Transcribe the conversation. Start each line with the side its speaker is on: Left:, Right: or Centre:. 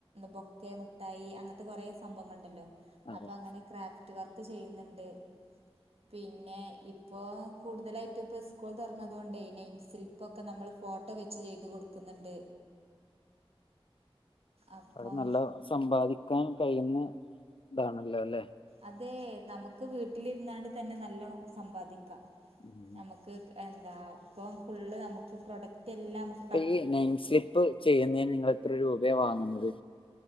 Right: ബൊക്കെ മുഠായി അങ്ങൻത്തെ കൊറേ സംഭവങ്ങൾ ഉണ്ടല്ലോ
Left: അതെ
Right: അപ്പൊ അങ്ങനെ ക്രാഫ്റ്റ് വർക്ക് ചെയ്യുന്നുണ്ട്. പിന്നെ ഇപ്പോ കൂടുതലായ്റ്റും ഇപ്പൊ സ്കൂൾ തുറന്നത് കൊണ്ടെയ് നെയിം സില്പ്പ്പ് ഒക്കെ നമ്മൾ ഫോട്ടോ വെച്ച് ചെയ്തു കൊടുക്കും. ക്കുന്നുണ്ട് അപ്പം.
Left: അത് നല്ല സമ്പാദിക്കാൻ കഴിയുന്ന ഇതാണല്ലോ അല്ലേ?.
Right: അതേ നമുക്ക് വീട്ടിലിരുന്നാണ്ട് തന്നെ നല്ലോം സമ്പാദിക്കാം
Left: ഉം
Right: നമുക്ക് എന്താ ഇപ്പം ഫുള്ള് നമുക്ക് പ്രൊഡക്റ്റ് എല്ലാം നമുക്
Left: ഈ നൈൻ സ്ലിപ്പ് ചെയ്യുന്നതിന് നിങ്ങള് എത്ര രൂപയാ വാങ്ങുന്നത്.